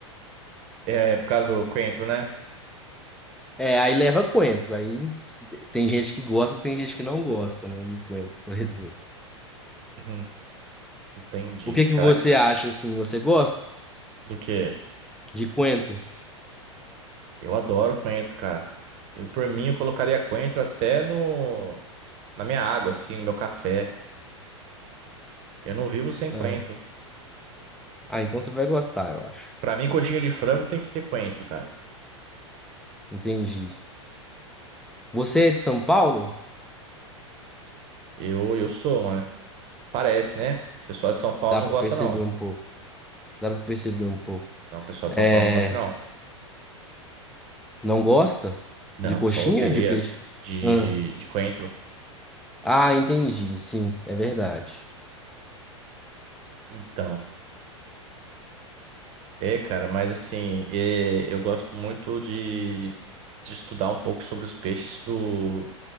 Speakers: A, on the right; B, in the centre.
A: É, é por causa do coentro, né?
B: É, aí leva coentro. Aí tem gente que gosta, tem gente que não gosta, né, de coentro, por exemplo.
A: Uhum, entendi.
B: O que
A: Será
B: que você
A: que...
B: acha assim? Você gosta
A: Do quê?
B: de coentro?
A: Eu adoro coentro, cara. Eu, por mim, eu colocaria coentro até no... na minha água, assim, no meu café. Eu não vivo sem coentro.
B: Ah, ah, então você vai gostar, eu acho.
A: Pra mim, coxinha de frango tem que ter coentro, cara.
B: Entendi. Você é de São Paulo?
A: Eu, eu sou, mano. Parece, né? O pessoal de São Paulo
B: Dá
A: não
B: pra
A: gosta,
B: perceber
A: não.
B: um pouco. Dá pra perceber um pouco.
A: Não, o pessoal de
B: É,
A: São Paulo não gosta, não.
B: não gosta
A: Não,
B: de
A: o
B: coxinha
A: pessoal odeia
B: ou de peixe?
A: de,
B: Ah,
A: de coentro.
B: ah, entendi. Sim, é verdade.
A: Então, é, cara, mas assim, é, eu gosto muito de, de estudar um pouco sobre os peixes do,